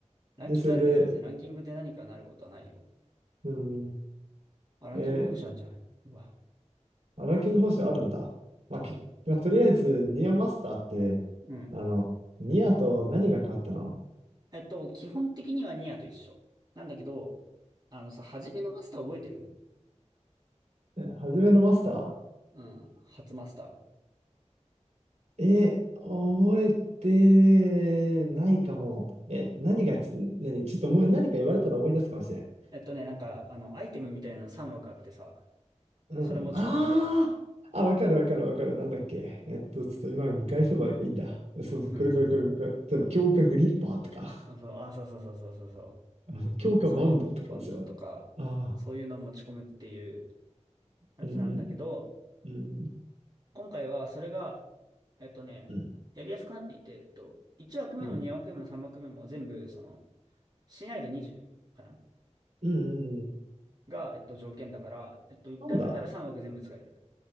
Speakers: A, on the right; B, on the right.
A: ランキングあるけど別にランキングで何かなることはないよ。
B: で、それで、うーん。
A: あ、ランキング星なんじゃない。
B: え
A: うわ、
B: あ、ランキング方式あるんだ。まあ、
A: だる。
B: け、まあ、とりあえず、ニアマスターって、
A: うん。
B: あの、ニアと何が変わったの
A: えっと、基本的にはニアと一緒。なんだけど、あのさ、初めのマスター覚えてる
B: え初めのマスタ
A: うん。初マスター。
B: ー。えー、覚えてないかも。え、何がち、何、ちょっと思い、何か言われたら思い出すかもしれん。
A: えっとね、なんか、あの、アイテムみたいなの3枠あってさ、
B: うん。
A: それ持ち込むみたいな。
B: ああ、あ、わかるわかるわかる。なんだっけ。えっと、ちょっと今見返せばいいんだ。そうそう、
A: うんそうそう。
B: これこれこれこれ。例えば、強化グリッパーとか、
A: あ、そう、あ、そうそうそうそうそうそう。
B: あの強化バンドとかでしょ。
A: そういうの、バンドとか、
B: ああ、
A: そういうのを持ち込むっていうやつなんだけど、
B: うんうん。うんうん
A: 今回はそれが、えっとね、
B: うん、
A: やりやすくなっていて、えっと、1枠目も2枠目も3枠目も全部、
B: うん、
A: その、親愛度20かな
B: うん、うんうん。
A: が、えっと、条件だから、えっと、1回目から3枠全部使える。
B: なんだ。